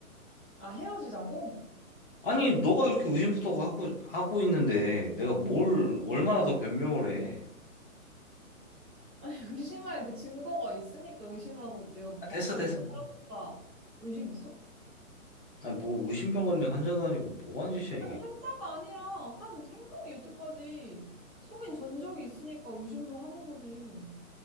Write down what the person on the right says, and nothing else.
아, 헤어지자고?
<laughs> 의심할 그 증거가 있으니까 의심을 하고 내가 뭐
갑자기
다 짜봤다. 의심했어?
아니,
환자가 아니라 한 행동이 여태까지 속인 전적이 있으니까 의심도 하는 거지.